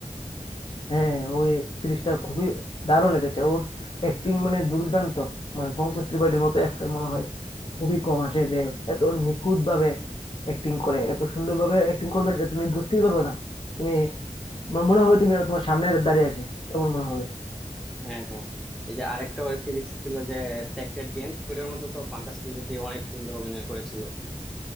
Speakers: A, on the left; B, in the centre.
A: হ্যাঁ ওই সিরিজটা খুবই দারুণ লেগেছে ওর অ্যাক্টিং মানে দুর্দান্ত মানে পঙ্কজ ত্রিপাঠীর মতো অ্যাক্টর মনে হয় খুবই কম আসে যে এত নিখুঁত ভাবে অ্যাক্টিং করে এত সুন্দর ভাবে অ্যাক্টিং করবে যে তুমি বুঝতেই পারবে না তুমি তোমার মনে হবে তুমি তোমার সামনে দাঁড়িয়ে আছে এমন মনে হবে
B: হ্যাঁ হ্যাঁ এই যে আরেকটা ওয়েব সিরিজ ছিল যে সেক্রেড গেমস ওটার মধ্যে তো পাঙ্কাজ ত্রিপাঠী অনেক সুন্দর অভিনয় করেছিল